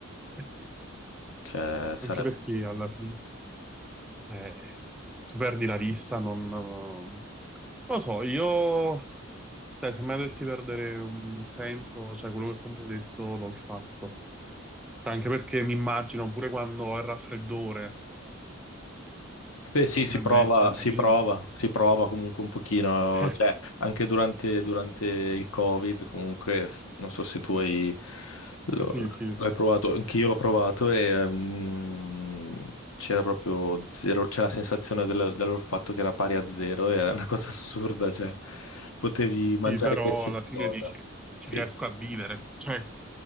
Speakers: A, in the centre; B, on the left.
A: eh sì,
B: cioè, sarebbe
A: anche perché alla fine, cioè, tu perdi la vista, non... Non lo so, io, cioè, se mai dovessi perdere un senso, cioè, quello che ho sempre detto, l'ho fatto. Cioè, anche perché mi immagino, pure quando ho il raffreddore,
B: Beh, sì,
A: me-
B: si prova,
A: me- cioè, fa
B: si
A: niente.
B: prova, si prova
A: <laughs>
B: comunque un pochino,
A: Eh,
B: cioè anche durante, durante il Covid, comunque, s- non so se tu hai, lo-
A: sì, sì.
B: l'hai provato, anche io l'ho provato e ehm, c'era proprio zero, c'era la sensazione del, del fatto che era pari a zero, era una cosa assurda, cioè potevi
A: Sì,
B: mangiare
A: però
B: qualsiasi
A: alla fine
B: cosa.
A: dici, ci
B: Sì,
A: riesco a vivere. Cioè,